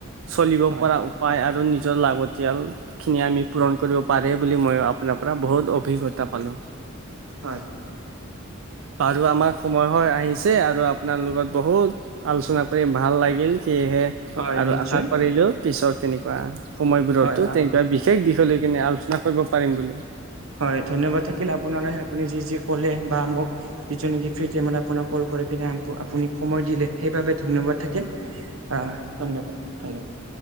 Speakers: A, on the right (about 70°); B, on the right (about 85°).
A: চলিব
B: হয়
A: পৰা উপায় আৰু নিজৰ লাগতিয়াল খিনি আমি পূৰণ কৰিব, পাৰে বুলি মই আপোনাৰ পৰা বহুত অভিজ্ঞতা পালো।
B: হয়।
A: বাৰু আমাৰ সময়, হয় আহিছে আৰু আপোনাৰ লগত বহুত আলোচনা কৰি ভাল লাগিল সেয়েহে,
B: হয়
A: আৰু
B: নিশ্চয়
A: আশা কৰিলো পিছৰ তেনেকুৱা সময়বোৰতো,
B: হয় আহ
A: এটা বিশেষ বিষয় লৈ কিনে আলোচনা কৰিব পাৰিম বুলি।
B: হয় ধন্যবাদ থাকিল আপোনালৈ আপুনি যি যি ক'লে বা মোক, যিটো নেকি ফ্ৰী টাইমত আপোনাক কল কৰে আপুনি সময় দিলে সেইবাবে ধন্যবাদ থাকিল। আ ধন্যবাদ ধন্যবাদ।